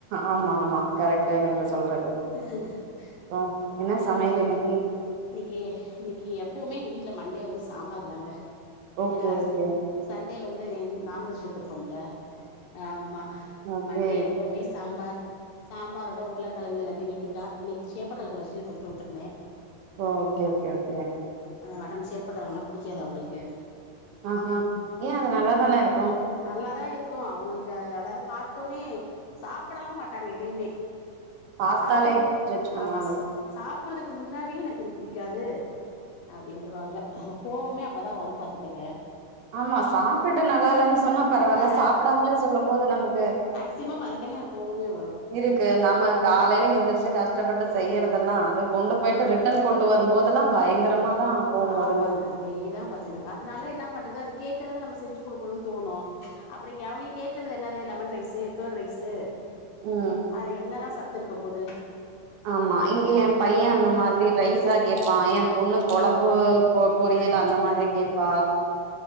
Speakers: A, on the right; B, on the left.
A: ஆமா ஆமா கரெக்டு நீங்க சொல்றது
B: <inaudible>
A: அப்றோ என்ன சமையல் இன்னைக்கி
B: இன்னைக்கி இன்னைக்கி எப்போமே எங்க வீட்ல மண்டே வந்து சாம்பார் தாங்க
A: ஓகே
B: ஏன்னா
A: ஓகே
B: சண்டே வந்து நான்வெஜ் எடுத்திருப்போம்ல ஆமா
A: ஓகே
B: மண்டே எப்போமே சாம்பார் சாம்பாரோட உருளக்கழங்கு இல்லாட்டி வெண்டிகா இன்னைக்கு சேப்பக்கழங்கு வச்சு குடுத்து உட்டுருந்த
A: ஓகே ஓகே ஓகே
B: அந்த மேடம் சேப்பக்கிழங்குண்ணா புடிக்காது அவுங்களுக்கு
A: ஆஹா ஏன் அது நல்லாதான இருக்கு
B: நல்லாதா இருக்கு அவுங்களுக்கு அதாவது பார்த்தோனே சாப்படலா மாட்டாங்க எதையுமே
A: பாத்தாலே
B: சாப்பறதுக்கு
A: ஜட்ஜ் பண்ணுவாங்கள
B: ஆமா சாப்பட்றதுக்கு முன்னாடி எனக் இது பிடிக்காது அப்டின்றவாங்க கோவமே அப்பதா வரு பாத்துக்கங்க
A: ஆமா
B: சாப்ட்டுட்டு
A: சாப்ட்டு நல்லா இல்லன்னு சொன்னா பரவாயில்ல
B: ஆ
A: சாப்பிடாமலே சொல்லும் போது நமக்கு
B: சிமம் அதுக்தாங்க எனக்கு கோவமே வரும்
A: இருக்கு நம்ம காலையில எந்திரிச்சு கஷ்டப்பட்டு செய்யறதெல்லா அது கொண்டு போயிட்டு ரிட்டன் கொண்டு வரும்போது அதெல்லா பயங்கரமாதா கோவோ
B: ஆமாங்க
A: வருது
B: அதேதா பாத் அதனால என்ன பண்றது அது கேக்குறத நம்ம செஞ்சி குடுக்கணுன் தோணு அப்டி எவி கேட்கறது எல்லாமே லெமன் ரைஸ்சு கேர்ட் ரைஸ்சு
A: ம்
B: அதல என்னதா சத்து இருக்க போது
A: ஆமா இங்க ஏன் பையன் அந்த மாதிரி ரைஸா கேட்பான் ஏன் பொண்ணு கொழம்பு பொ பொரியல் அந்த மாரி கேட்பா